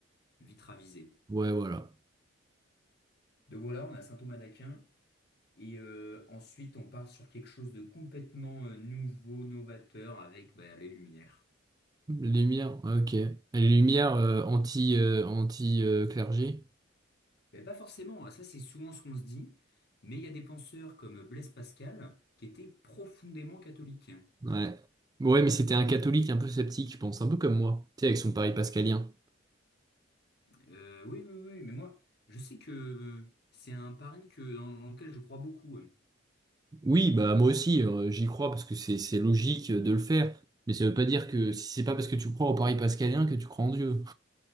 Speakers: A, on the left; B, on the right.
A: vite ravisée.
B: Ouais, voilà.
A: Donc voilà, on a Saint Thomas d'Aquin. Et euh, ensuite, on part sur quelque chose de complètement euh, nouveau, novateur, avec bah, les Lumières.
B: Lumière, ok. Les lumières euh, anti, euh, anti euh, clergé.
A: Mais pas forcément, hein. ça c'est souvent ce qu'on se dit. Mais il y a des penseurs comme Blaise Pascal qui étaient profondément catholiques.
B: Ouais. Ouais, mais c'était un catholique un peu sceptique, je pense, un peu comme moi, tu sais, avec son pari pascalien.
A: Euh, oui, oui, oui, mais moi, je sais que euh, c'est un pari que, dans, dans lequel je crois beaucoup. euh.
B: Oui, bah moi aussi, euh, j'y crois parce que c'est c'est logique euh, de le faire, mais ça veut pas dire que si c'est pas parce que tu crois au pari pascalien que tu crois en Dieu.